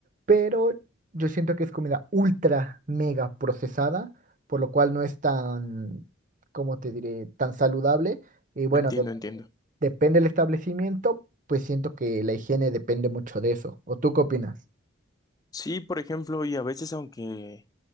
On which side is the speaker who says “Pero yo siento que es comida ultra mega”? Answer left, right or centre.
Right